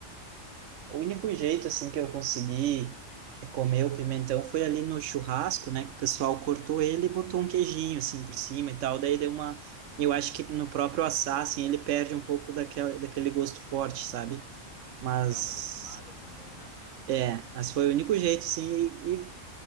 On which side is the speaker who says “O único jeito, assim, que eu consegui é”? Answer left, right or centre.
Right